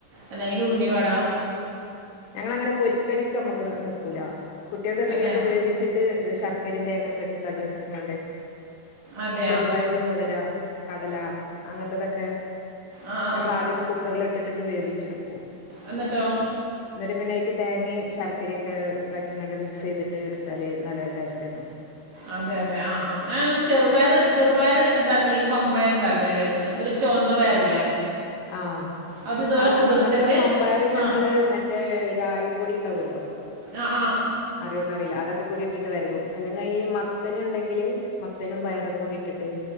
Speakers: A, on the right; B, on the left.
A: അല്ലെങ്കിൽ ഉള്ളി വടാ
B: ഞങ്ങെൾ അങ്ങനെ പൊരിക്കടിക്ക് അമ്മെക്ക് നിക്കൂലാ കുട്ടികൾക്ക് എന്തെങ്കിലും
A: അതെയാ
B: ഒക്കെ വേവിച്ച് ട്ട് ശർക്കെരിം തേങ്ങിം ഒക്കെ ഇട്ട് കട് വർത്ത് കാണ്ട്
A: അതെയാ
B: ചെറുപയറ് മുതെര, കടല, അങ്ങത്തതൊക്കെ
A: ആഹ് ആഹ്
B: ഞമ്മെൾ ആദ്യം ഒന്ന് കുക്കറ്ൽ ഇട്ട്ട്ട് ഇണ്ട് വേവി ഒച്ചെടുക്കോ
A: എന്നിട്ടോ
B: എന്നിട്ട് പിന്നെ അതിക്ക് തേങ്ങയും ശർക്കരയ ഒക്കെ ഇതാക്കിണ്ട് മിക്സ് ചെയ്തിട്ട് എടുത്താല് നല്ലൊരു ടേസ്റ്റാണ്
A: അതെ അതെ ആ ആങ്ങനെ ചെറുപയറ് ചെറുപയറ് ഉണ്ടാക്കല് വമ്പയർ ഉണ്ടാക്കണല്ലെ ഒരു ചുവന്ന പയറില്ലേ
B: ആ
A: അത് ഇതുപോലെ
B: ഹ്ആ
A: കുതിർത്തിട്ട്
B: അങ്ങനത്തെ മമ്പയർ ഞങ്ങള്
A: ആ
B: മറ്റേ രാഗിപ്പൊടി ഉണ്ടാകുമല്ലോ
A: ആഹ് ആഹ്
B: അറിയോന്നറിയില്ല അതൊക്കെ കൂടി ഇട്ടിട്ട് വെരകും അല്ലെങ്കിൽ ഈ മത്തന് ണ്ടെങ്കില് മത്തനും പയറും കൂടി ഇട്ടിട്ട്